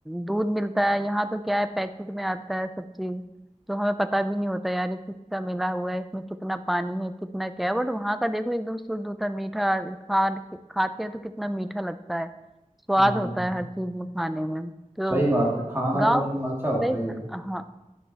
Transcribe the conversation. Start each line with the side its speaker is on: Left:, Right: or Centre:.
Centre: दूध मिलता है यहाँ तो क्या है पैकेट में आता है सब चीज तो हमें पता भी नहीं होता यार ये किसका मिला हुआ है इसमें कितना पानी है कितना क्या है बट वहाँ का देखो एकदम शुद्ध होता है मीठा खा खाते हैं तो कितना मीठा लगता है स्वाद
Right: हाँ
Centre: होता है हर चीज में खाने में तो
Right: सही बात है खाना
Centre: गाँव
Right: तो मतलब अच्छा होता
Centre: सही
Right: ही है
Centre: हाँ